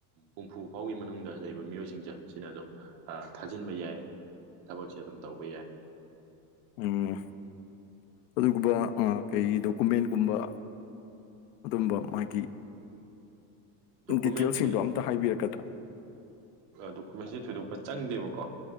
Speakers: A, on the right; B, on the left.
A: ꯍꯨꯝꯐꯨ ꯐꯥꯎꯒꯤ ꯃꯅꯨꯡꯗ ꯂꯩꯕ ꯃꯤꯑꯣꯏꯁꯤꯡꯁꯦ ꯁꯤꯅ ꯑꯗꯨꯝ ꯊꯥꯖꯤꯟꯕ ꯌꯥꯏ ꯊꯕꯛꯁꯦ ꯑꯗꯨꯝ ꯇꯧꯕ ꯌꯥꯏ
B: ꯎꯝ ꯑꯗꯨꯒꯨꯝꯕ ꯀꯩ ꯗꯣꯀꯨꯃꯦꯟꯒꯨꯝꯕ ꯎꯗꯨꯝꯕ ꯃꯥꯒꯤ
A: ꯗꯣꯀꯨꯃꯦꯟꯁꯦ
B: ꯗꯤꯇꯦꯜꯁꯤꯡꯗꯣ ꯑꯝꯇ ꯍꯥꯏꯕꯤꯔꯛꯀꯗ꯭ꯔꯥ
A: ꯗꯣꯀꯨꯃꯦꯟꯁꯤ ꯊꯣꯏꯗꯣꯛꯄ ꯆꯪꯗꯦꯕꯀꯣ